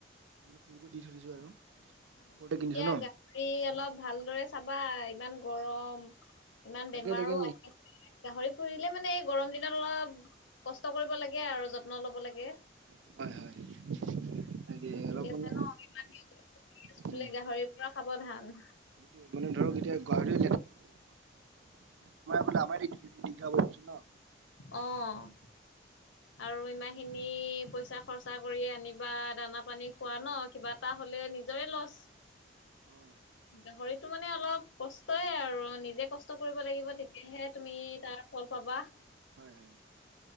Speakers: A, on the right (about 85°); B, on the left (about 90°).
A: মানে পুহিব দি থৈ দিছো আৰু।
B: উম
A: সৰুতে কিনিছো
B: এতিয়া
A: ন
B: গাহৰি অলপ ভালদৰে চাবা ইমান গৰম। ইমান
A: তাকে
B: বেমাৰো
A: তাকে
B: আহি আছে। গাহৰি পুহিলে মানে গৰম দিনত অলপ কষ্ট কৰিব লাগে আৰু যত্ন ল'ব লাগে।
A: হয় হয় তাকে অলপ
B: আছে
A: মানে
B: ন <unintelligible> <unintelligible>
A: উম
B: গাহৰিৰ পৰা সাৱধান।
A: সেইটোৱে মানে <unintelligible> বেমাৰে পালে আমাৰে দিগদাৰ চুন ন।
B: অ' আৰু ইমান খিনি পইচা খৰচা কৰি আনিবা দানা-পানী খোৱা ন, কিবা এটা হ'লে নিজৰে লছ।
A: অ
B: গাহৰি এটো মানে অলপ কষ্টয়ে আৰু নিজে কষ্ট কৰিব লাগিব, তেতিয়াহে তুমি তাৰ ফল পাবা।
A: হয় হয়।